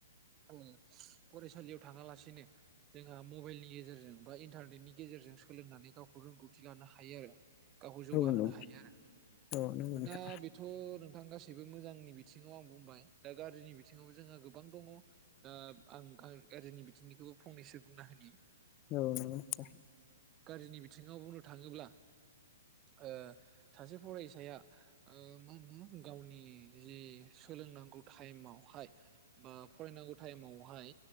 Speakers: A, on the right; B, on the left.
A: उम फरायसालियाव थाङालासिनो जोंहा मबाइलनि गेजेरजों बा इन्टारनेटनि गेजेरजों सोलोंनानै गावखौ रोंगौथि लानो हायो आरो। गावखौ जौगाहोनो
B: औ नंगौ
A: हायो आरो
B: औ नंगौ नोंथां
A: दा बेथ' नों नोंथां गासैबो मोजांनि बिथिङाव आं बुंबाय दा गाज्रिनि बिथिङावबो जोंहा गोबां दङ दा आं गा गारजिनि बिथिंनिखौबो फंनैसो बुंना होनि।
B: औ नंगौ नोंथां।
A: गारजिनि बिथिङाव बुंनो थाङोब्ला ओ सासे फरायसाया ओ मा होनो गावनि जि सु सोलोंनांगौ टाइमावहाय बा फरायनांगौ टाइमावहाय